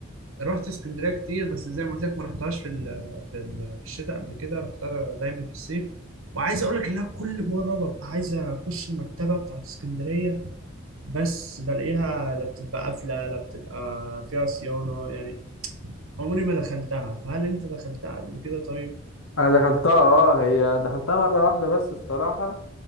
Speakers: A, on the right (about 80°); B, on the left (about 75°).
A: رحت اسكندريه كتير بس زي ما قلت لك ما رحتهاش في ال في ال في الشتاء قبل كده رحتها دايما في الصيف وعايز اقول لك ان انا كل مره ببقى عايز اخش المكتبه بتاعت اسكندريه بس بلاقيها لا بتبقى قافله لا بتبقى فيها صيانه يعني عمري ما دخلتها فهل انت دخلتها قبل كده طيب
B: انا دخلتها اه هي دخلتها مره واحده بس الصراحه